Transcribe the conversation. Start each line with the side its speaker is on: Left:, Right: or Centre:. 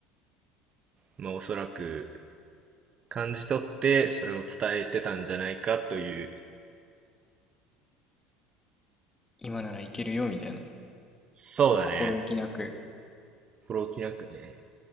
Right: まあ、おそらく感じ取って、それを伝えてたんじゃないかという、
Left: 今ならいけるよ、みたいな。
Right: そうだね、
Left: 心置きなく。
Right: 心置きなくね、